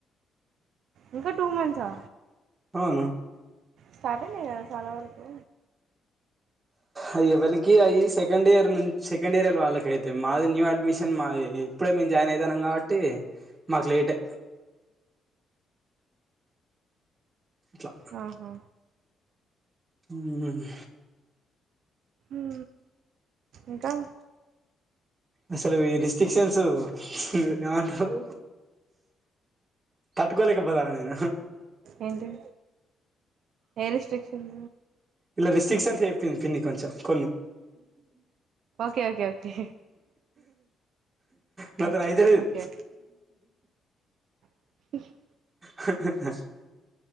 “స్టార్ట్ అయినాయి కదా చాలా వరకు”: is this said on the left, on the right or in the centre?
Right